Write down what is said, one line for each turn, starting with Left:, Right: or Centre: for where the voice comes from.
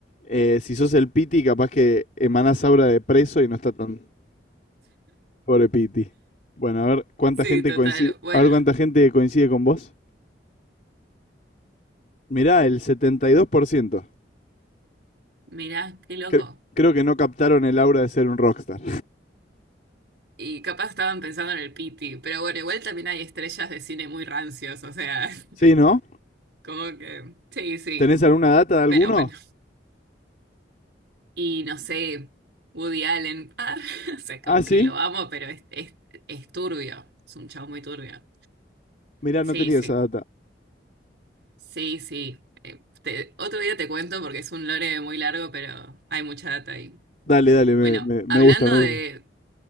Left: eh, si sos el Piti, capaz que emanás aura de preso y no está tan, Pobre Piti. Bueno, a ver cuánta
Right: Sí,
Left: gente
Right: total.
Left: coincide,
Right: Bueno,
Left: a ver cuánta gente coincide con vos. Mirá, el 72%.
Right: mirá, qué loco.
Left: Cre- creo que no captaron el aura de ser un rockstar.
Right: Y capaz estaban pensando en el Piti, pero bueno, igual también hay estrellas de cine muy rancios, o sea. <laughs>
Left: Sí, ¿no?
Right: Como que, sí, sí,
Left: ¿Tenés alguna data de alguno?
Right: pero bueno. Y no sé, Woody Allen, ar, <laughs> o sea, como
Left: Ah, sí.
Right: que lo amo, pero es, es, es turbio, es un chavo muy turbio.
Left: Mirá,
Right: Sí,
Left: no tenía
Right: sí,
Left: esa data.
Right: sí, sí. Eh, te- otro día te cuento porque es un lore muy largo, pero hay mucha data ahí.
Left: Dale, dale, me,
Right: Bueno,
Left: me- me
Right: hablando
Left: gusta, me
Right: de,
Left: gusta.